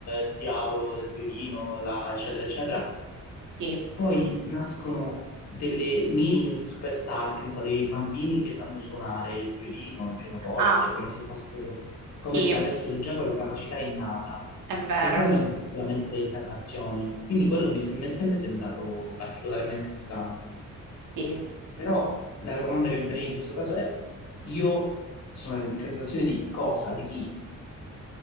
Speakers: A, on the left; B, on the right.
A: il diavolo del violino, la- eccetera, eccetera.
B: sì.
A: Poi nascono delle mini superstar, che ne so, dei bambini che sanno suonare il violino, il pianoforte,
B: Ah,
A: come se fossero, come
B: sì,
A: se
B: Sì.
A: avessero già quella capacità innata,
B: è vero.
A: che sembrano
B: l-
A: effettivamente reincarnazioni. Quindi quello mi, sem- mi è sempre sembrato particolarmente strano.
B: Sì.
A: Però la domanda che mi farei in questo caso è, io sono reincarnazione di cosa, di chi?